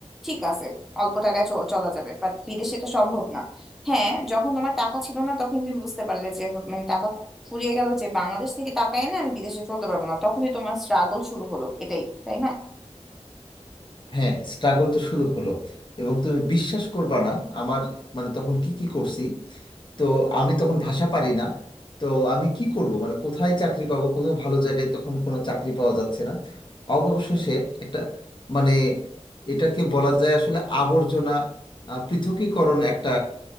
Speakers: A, in the centre; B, on the left (about 40°).
A: ঠিক আছে অল্প টাকায় চ- চলা যাবে বাট বিদেশে এটা সম্ভব না হ্যাঁ যখন তোমার টাকা ছিল না তখন তুমি বুঝতে পারলে যে হ- মানে টাকা ফুরিয়ে গেল যে বাংলাদেশ থেকে টাকা এনে আমি বিদেশে চলতে পারবো না তখনই তোমার স্ট্রাগল শুরু হলো এটাই তাই না
B: হ্যাঁ স্ট্রাগল তো শুরু হলো এবং তুমি বিশ্বাস করবা না আমার মানে তখন কি কি করছি তো আমি তখন ভাষা পারি না তো আমি কি করব মানে কোথায় চাকরি পাবো কোনো ভালো জায়গায় তখন কোনো চাকরি পাওয়া যাচ্ছে না অবশেষে একটা মানে এটাকে বলা যায় আসলে আবর্জনা আহ, পৃথকীকরণ একটা